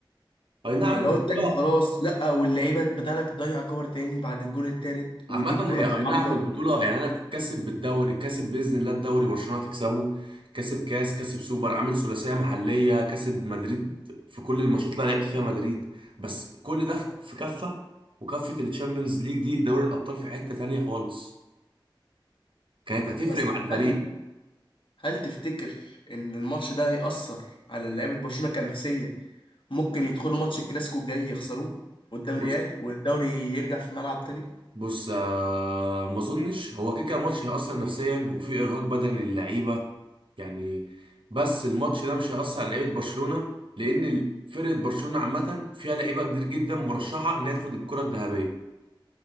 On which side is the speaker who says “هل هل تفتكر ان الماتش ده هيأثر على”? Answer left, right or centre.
Left